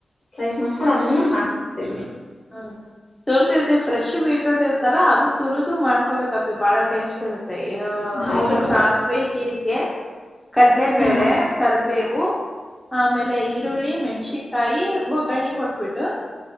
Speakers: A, on the left (about 40°); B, in the centre.
A: ಸೈಸ್ ಮಾಡ್ಕೊಂಡು ಅದನ್ನ ಮೆತ್ತೆ
B: ಹ್ಮ ತುರ್ತಿ ಇರ್ತಿವಿ ಫ್ರೆಶ್ ಬೀಟ್ರೋಟ್ ಇರ್ತಲ್ಲಾ ಅದು ತುರ್ದು ಮಾಡ್ಕೋಬೇಕ ಪ್ಪಿ ಬಹಳ ಟೇಸ್ಟ್ ಇರುತ್ತೆ ಏ
A: ಹೌದಕ್ಕ
B: ಇದು ಸಾಸಿವೆ
A: ಬ
B: ಜೀರಿಗೆ ಕಡಲೆಬೇಳೆ
A: ಹಾ
B: ಕರ್ಬೇವು ಆಮೇಲೆ ಈರುಳ್ಳಿ ಮೆಣಸಿಕಾಯಿ, ಒಗ್ಗರ್ಣಿ ಕೊಟ್ಬಿಟ್ಟು